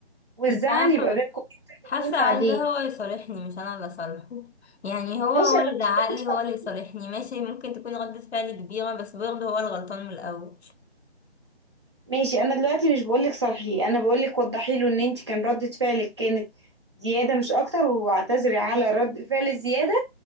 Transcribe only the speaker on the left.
مش انا
حاسه
عايزاه هو يصالحني مش انا اللي اصالحه يعني هو
هو
اللي
زعقلي
هو اللي
يصالحني ماشي ممكن تكون ردة فعلي كبيره بس برضه هو الغلطان من الاول